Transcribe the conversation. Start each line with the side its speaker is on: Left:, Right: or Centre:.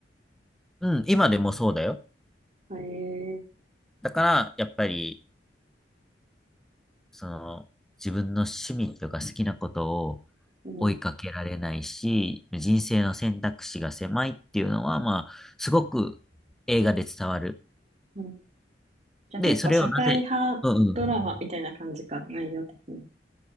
Centre: うん、今でもそうだよ。
Right: へえ
Centre: だから、やっぱり、その、自分の趣味とか好きなことを
Right: うん。
Centre: 追いかけられないし、人生の選択肢が狭いっていうのは、まあ、すごく映画で伝わる。
Right: うん。じゃあ結構社会派ドラマみたいな感じか、
Centre: で、それをなぜ、うんうん。
Right: 内容的に